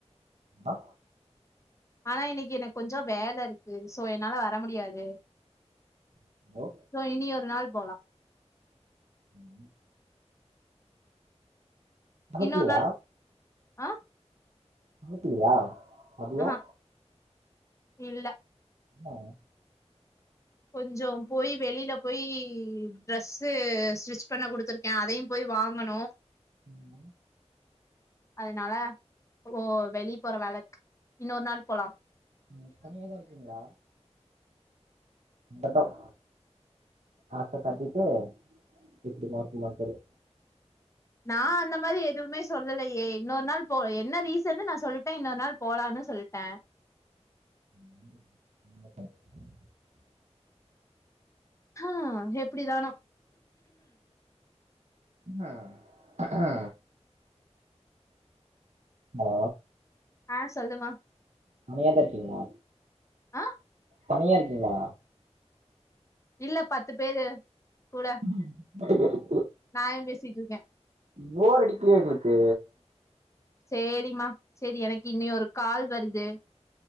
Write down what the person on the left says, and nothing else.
ஆனா இன்னைக்கி எனக் கொஞ்சோ வேலருக்கு சோ என்னால வர முடியாது
சோ இனி ஒரு நாள் போலா
இன்னொரு நாள் ஆ
ஆஹா இல்ல
கொஞ்ச போய் வெளியில போய் ட்ரெஸ்ஸு ஸ்டிச் பண்ண குடுத்துருக்கே அதையு போய் வாங்கணு
அதனால ஓ வெளிய போற வேல இருக்கு இன்னொரு நாள் போலா
நா அந்த மாதிரி எதுவுமே சொல்லலைய இன்னொரு நாள் போ என்ன ரீசன்னு நா சொல்லிட்டே இன்னொரு நாள் போலானனு சொல்லிட்ட
ஆ எப்படிதானோ
ஆ சொல்லுமா
ஆ
இல்ல பத்து பேரு கூட
நாயு பேசிட்டு இருக்கே
சரிம்மா சரி எனக்கு இன்னி ஒரு கால் வருது